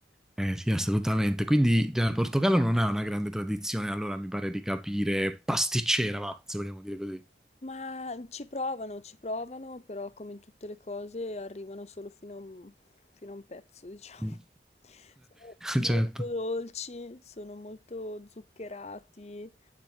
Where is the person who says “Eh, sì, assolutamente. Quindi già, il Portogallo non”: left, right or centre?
Centre